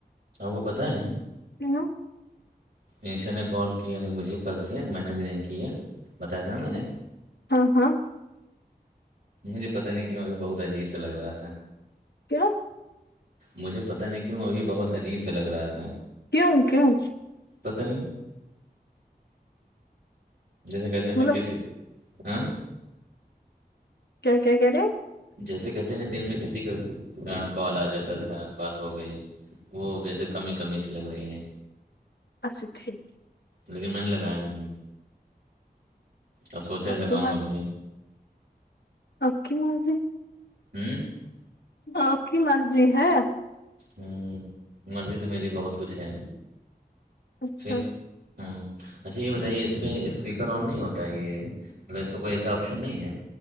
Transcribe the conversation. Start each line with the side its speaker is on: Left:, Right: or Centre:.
Right: کو پت ہے
Left: پین
Right: ایشا نے کال کیا نہیں مجھے کل سے میں نے بھی نہیں کی ہے بتایا تھا نا میں نے
Left: ہاں ہاں
Right: مجھے پتا نہیں کیوں بہت عجیب سا لگ رہا تھا
Left: کیا
Right: مجھے پتا نہیں کیوں اب بہت عجیب سا لگ رہا تھا
Left: کیوں کیوں
Right: پت نہیں جیسے کہتے
Left: مطلب
Right: ہیں نا کسی ہاں
Left: کیا کیا کیا رے
Right: جیسے کہتے نا دن میں کسی کا کال آ جاتا تھا بات ہو گئی وہ ویسے کمی ہی کمی سے لگ رہی ہیں
Left: اچھا ٹھیک
Right: لیکن میں نے لگایا نہیں اور سوچا
Left: اوکے
Right: ہے لگاؤں
Left: ب
Right: گا بھی نہیں
Left: اوکے وض
Right: ہوں
Left: آپ کی مرضی ہے
Right: ہوں مرضی تو میری بہت کچھ ہے
Left: اچھا
Right: پھر ہوں اچھا یہ بتائیے اس پہ اسپیکر آن نہیں ہوتا ہے یہ مطلب اس میں کوئی ایسا آپشن نہیں ہے